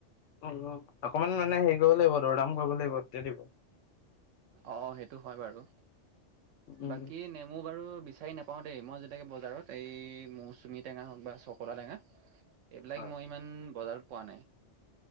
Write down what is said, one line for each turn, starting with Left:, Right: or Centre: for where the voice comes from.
Left: <inaudible> অকমান মানে হেৰি কৰিব লাগিব দৰদাম কৰিব লাগিব তেতিয়া দিব।
Right: অ, সেইটো হয় বাৰু।
Left: উম
Right: বাকী নেমু বাৰু বিছা বিচাৰি নাপাওঁ দেই মই যেতিয়াকে বজাৰত এই, মৌচুমী টেঙা হওক বা চকলা টেঙা। এইবিলাক
Left: হয়
Right: মই ইমান বজাৰত পোৱা নাই।